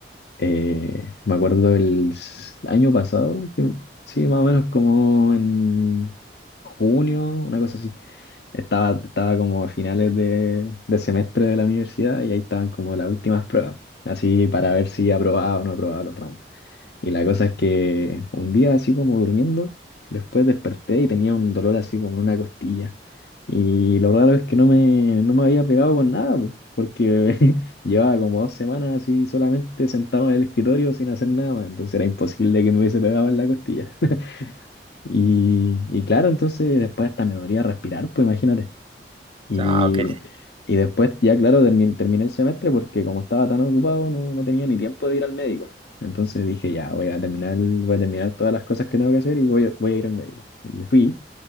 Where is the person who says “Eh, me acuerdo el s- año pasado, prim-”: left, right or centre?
Left